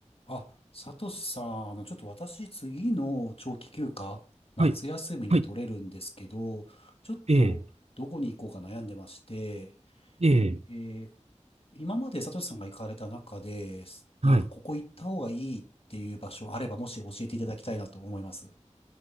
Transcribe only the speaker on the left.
あ、サトシさん、あの、ちょっと私、次の長期休暇、夏休みに取れるんですけど、
ちょっと、
どこに行こうか悩んでまして、
えー今までサトシさんが行かれた中で、すなんかここ行った方がいいっていう場所あれば、
もし教えていただきたいなと思います。